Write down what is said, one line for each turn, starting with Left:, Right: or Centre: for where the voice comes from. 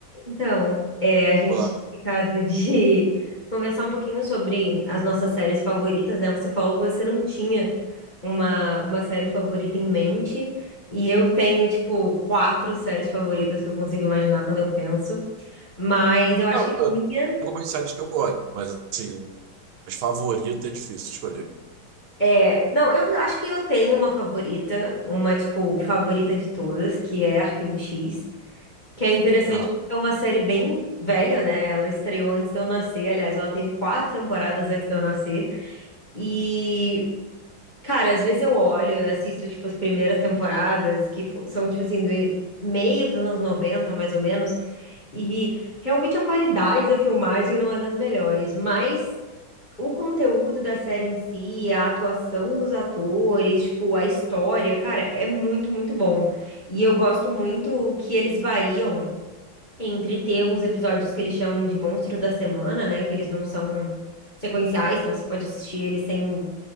Left: Então, é, a gente
Right: Olá.
Left: tinha ficado de <laughs> conversar um pouquinho sobre as nossas séries favoritas, né? Você falou que você não tinha uma, uma série favorita em mente, e eu tenho, tipo, quatro séries favoritas que eu consigo imaginar quando eu penso, mas eu acho
Right: Não,
Left: que a
Right: eu
Left: minha
Right: tenho algumas séries que eu gosto, mas assim, as favoritas é difícil escolher.
Left: é. Não, eu acho que eu tenho uma favorita, uma, tipo, favorita de todas, que é Arquivo X, que é interessante.
Right: Aham,
Left: porque É uma série bem velha, né? Ela estreou antes de eu nascer. Aliás, ela teve quatro temporadas antes de eu nascer. E, cara, às vezes eu olho, eu assisto, tipo, as primeiras temporadas, que fo- são, tipo assim, do meio dos anos 90 mais ou menos, e realmente a qualidade da filmagem não é das melhores, mas o conteúdo da série em si, a atuação dos atores, tipo, a história, cara, é muito, muito bom. E eu gosto muito que eles variam entre ter uns episódios que eles chamam de monstros da semana, né, que eles não são sequenciais, então você pode assistir eles sem